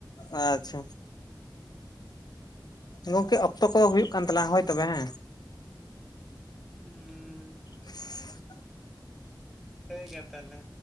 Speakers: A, on the left; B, in the centre.
A: ᱟᱪᱪᱷᱟ᱾ ᱜᱚᱝᱠᱮ ᱚᱠᱛᱚ ᱠᱚᱫᱚ ᱦᱩᱭᱩᱜ ᱠᱟᱱ ᱛᱟᱞᱟᱝ ᱦᱳᱭ ᱛᱚᱵᱮ ᱦᱮᱸ᱾
B: ᱦᱩᱸ᱾
A: <inaudible>
B: ᱞᱟᱹᱭ ᱜᱮᱭᱟ ᱛᱟᱦᱞᱮ᱾